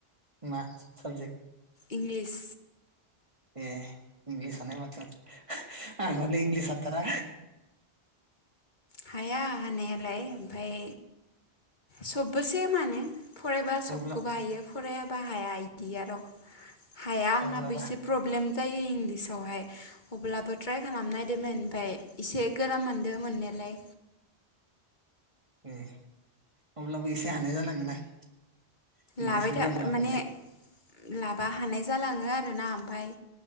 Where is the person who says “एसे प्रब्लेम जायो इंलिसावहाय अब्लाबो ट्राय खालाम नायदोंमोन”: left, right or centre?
Left